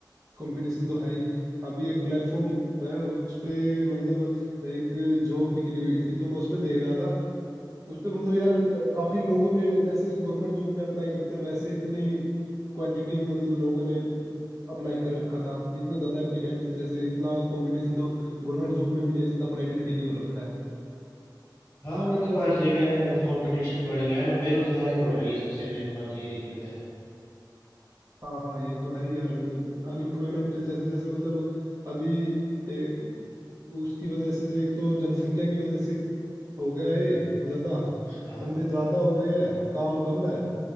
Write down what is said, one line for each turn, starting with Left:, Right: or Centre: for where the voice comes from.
Right: कंपटीशन तो है ही अभी एक प्लेटफॉर्म है उस पे मतलब एक जॉब निकली हुई थी तो मैं उस पे देख रहा था उस पे मतलब यार क- काफी लोगों ने जैसे गवर्नमेंट जॉब में अप्लाई करते हैं वैसे ही इतनी क्वांटिटी में मतलब लोगों ने अप्लाई कर रखा था इतने ज्यादा एप्लीकेंट थे जैसे इतना कंपटीशन तो गवर्नमेंट जॉब में भी नहीं है जितना प्राइवेट के लिए हो रखा है
Left: हाँ मतलब हर जगह कंपटीशन बढ़ गया है ना बेरोजगारी बढ़ रही है सबसे मेन बात ये दिक्कत है
Right: हाँ हाँ ये तो है ही यार अनएम्प्लॉयमेंट जैसे जैसे मतलब अभी ए, उसकी वजह से एक तो जनसंख्या की वजह से हो गया है ज्यादा
Left: हाँ
Right: बंदे ज्यादा हो गए हैं काम कम है